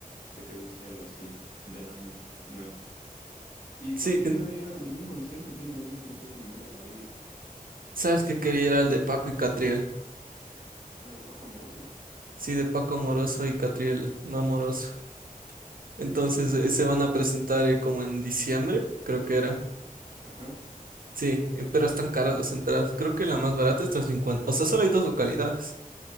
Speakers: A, on the left; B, on the right.
A: que te guste algo así de la nada, nuevo. ¿Y
B: Sí,
A: tú has querido
B: en-
A: ir a algún concierto? ¿Tienes algún concierto en mente para ir?
B: sabes que quería ir al de Paco y Catriel.
A: Ah, de Paco Amoroso.
B: Sí, de Paco Amoroso y Catriel no amoroso. Entonces,
A: <laughs>
B: eh, se van a presentar eh, como en diciembre, creo que era.
A: Ajá.
B: Sí, eh, pero están caras las entradas. Creo que la más barata está en 50. O sea, solo hay dos localidades.